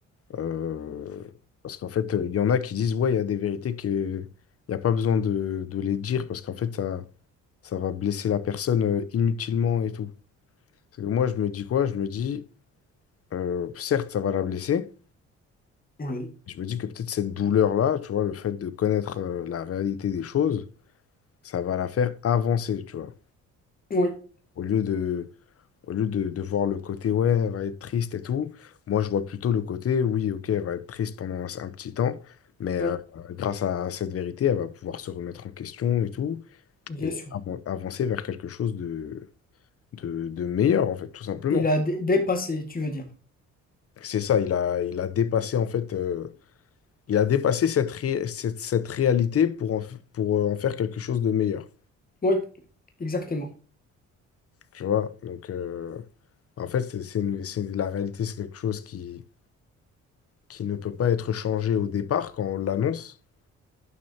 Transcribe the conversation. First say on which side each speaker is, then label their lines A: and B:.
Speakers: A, on the left; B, on the left.
A: Euh, parce qu'en fait, euh, il y en a qui disent, ouais, il y a des vérités que il n'y a pas besoin de, de les dire parce qu'en fait, ça, ça va blesser la personne euh, inutilement et tout. C'est que moi, je me dis quoi? Je me dis, euh, certes, ça va la blesser.
B: Oui.
A: Je me dis que peut-être cette douleur-là, tu vois, le fait de connaître euh, la réalité des choses, ça va la faire avancer, tu vois.
B: Oui,
A: Au lieu de, Au lieu de, de voir le côté, ouais, elle va être triste et tout, moi, je vois plutôt le côté, oui, ok, elle va être triste pendant un, un petit temps, mais
B: oui,
A: euh, grâce à, cette vérité, elle va pouvoir se remettre en question et tout,
B: bien
A: et
B: sûr.
A: avan- avancer vers quelque chose de, de, de meilleur, en fait, tout simplement.
B: Il a dé- dépassé, tu veux dire.
A: C'est ça, il a, il a dépassé, en fait, euh, il a dépassé cette, ré- cette, cette réalité pour en, f- pour euh, en faire quelque chose de meilleur,
B: Oui, exactement.
A: tu vois? Donc, euh, en fait, c'est c'est une- c'est- la réalité, c'est quelque chose qui qui ne peut pas être changé au départ quand on l'annonce.